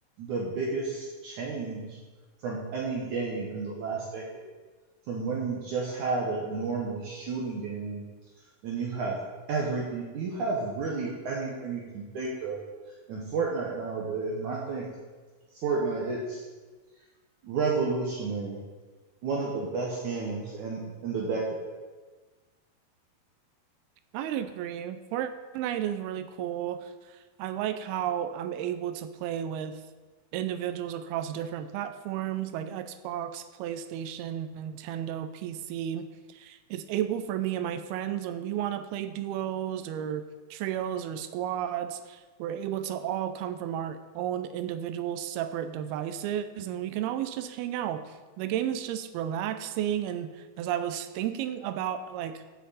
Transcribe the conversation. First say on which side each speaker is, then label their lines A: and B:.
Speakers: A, on the right (about 65°); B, on the right (about 85°).
A: the biggest change from any game in the last decade from when you just had a normal shooting game then you have everything you have really anything you can think of in fortnite nowadays and i think fortnite it's revolutionary one of the best games in in the decade
B: I'd agree. Fortnite is really cool. I like how I'm able to play with individuals across different platforms like Xbox, PlayStation, Nintendo, PC. it's able for me and my friends when we want to play duos or trios or squads we're able to all come from our own individual separate devices and we can always just hang out the game is just relaxing and as i was thinking about like